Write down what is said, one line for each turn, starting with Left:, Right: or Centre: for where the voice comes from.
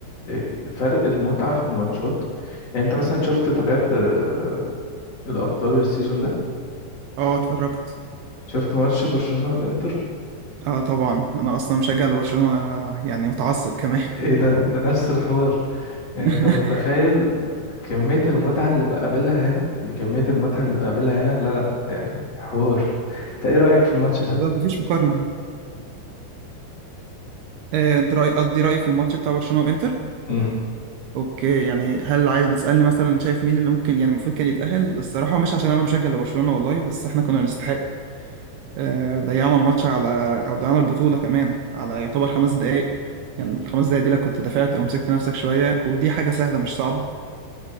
Left: إيه، فرق المتعة في الماتشات يعني أنت مثلا شفت تابعت آه، الأبطال السيزون ده
Right: اه اتفرجت
Left: شفت ماتش برشلونة والإنتر
Right: اه طبعا انا اصلا مشجع لبرشلونه يعني متعصب كمان
Left: إيه ده ده نفس الحوار يعني
Right: <laughs>
Left: انت متخيل كمية المتعة اللي بقابلها هنا بكمية المتعة اللي بقابلها هنا لا لا يعني حوار انت ايه رأيك في الماتش
Right: بالظبط
Left: ده؟
Right: مفيش مقارنه آه، انت راي قصدي رايي في الماتش بتاع برشلونه وانتر
Left: امم
Right: اوكي يعني هل عايز بتسألني مثلا شايف مين اللي ممكن يعني المفروض كان يتأهل الصراحة مش عشان انا مشجع لبرشلونة والله بس احنا كنا نستحق آه، ضيعنا الماتش على او ضيعنا البطولة كمان على يعتبر خمس دقايق يعني الخمس دقايق دي لو كنت دفعت او مسكت نفسك شوية ودي حاجة سهلة مش صعبة